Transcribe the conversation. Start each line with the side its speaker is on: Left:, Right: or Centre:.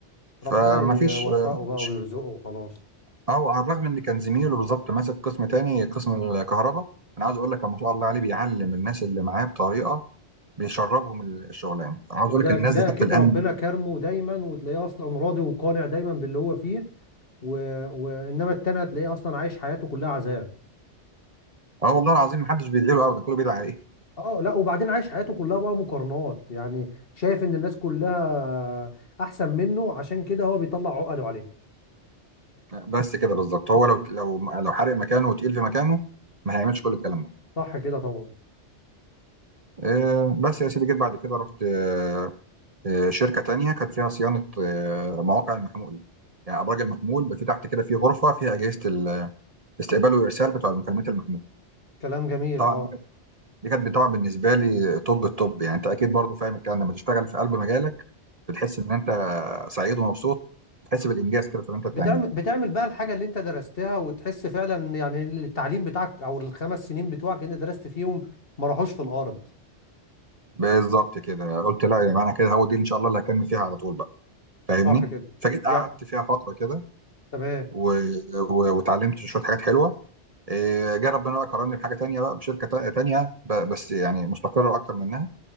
Right: فما
Left: ربنا يوفقه
Right: فيش اه
Left: بقى
Right: ش-
Left: ويرزقه وخلاص
Right: آه، على الرغم ان كان زميله بالظبط ماسك قسم تاني قسم الكهرباء انا عايز اقول لك ما شاء الله عليه بيعلم الناس اللي معاه بطريقه بيشربهم الشغلانه عاوز
Left: وده
Right: اقول لك الناس
Left: ده
Right: دي حتى
Left: اكيد
Right: الان
Left: ربنا كرمه دايما وتلاقيه اصلا راضي وقانع دايما باللي هو فيه و... وانما التاني هتلاقيه اصلا عايش حياته كلها عذاب
Right: اه والله العظيم محدش بيدعي له ابدا كله بيدعي عليه
Left: اه لا وبعدين عايش حياته كلها بقى مقارنات يعني شايف ان الناس كلها احسن منه عشان كده هو بيطلع عقده عليه
Right: بس كده بالظبط هو لو لو لو حارق مكانه وتقيل في مكانه ما هيعملش كل الكلام ده
Left: صح كده طبعا
Right: آه، بس يا سيدي جيت بعد كده رحت آه، آه، شركه تانية كانت فيها صيانه آه، مواقع المحمول يعني ابراج المحمول بقى في تحت كده في غرفه فيها اجهزه الاستقبال والارسال بتوع المكالمات المحمول
Left: كلام جميل
Right: طبعا
Left: اه
Right: دي كانت دي كانت طبعا بالنسبه لي طب الطب يعني انت اكيد برضو فاهم الكلام ده لما تشتغل في قلب مجالك بتحس ان انت سعيد ومبسوط بتحس بالانجاز كده في اللي انت بتعمله
Left: بتعمل بتعمل بقى الحاجة اللي انت درستها وتحس فعلا يعني إن التعليم بتاعك او الخمس سنين بتوعك اللي انت درست فيهم ما راحوش في الارض
Right: بالظبط كده قلت لا يا جماعه انا كده هو دي ان شاء الله اللي هكمل فيها على طول بقى فاهمني
Left: صح كده
Right: فجيت قعدت
Left: يعني
Right: فيها فتره كده
Left: تمام
Right: و... و... واتعلمت شويه حاجات حلوه إيه، جه ربنا بقى كرمني بحاجه تانية بقى بشركه تا- تانية ب... بس يعني مستقره اكتر منها